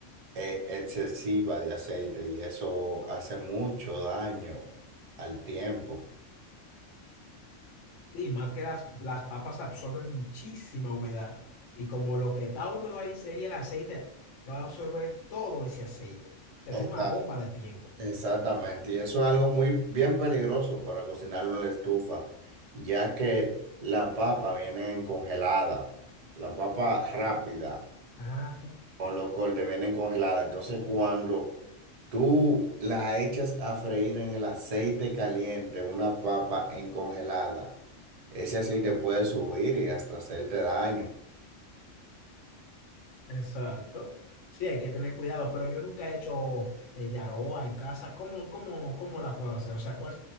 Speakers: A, on the right (about 60°); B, on the left (about 75°).
A: eh, excesiva de aceite y eso hace mucho daño al tiempo.
B: Y más que las, las papas absorben muchísima humedad. Y como lo que está húmedo ahí sería el aceite, va a absorber todo ese aceite. O sea,
A: Esta-
B: es una bomba de tiempo.
A: exactamente, y eso es algo muy bien peligroso para cocinarlo en la estufa, ya que la papa viene congelada, la papa rápida
B: Ah,
A: con los cortes vienen congeladas, entonces cuando Tú la echas a freír en el aceite caliente, una papa en congelada. Ese aceite puede subir y hasta hacerte daño.
B: Exacto. Sí, hay que tener cuidado, pero yo nunca he hecho eh, yaroa en casa. ¿Cómo, cómo, cómo la puedo hacer? O sea, ¿cuál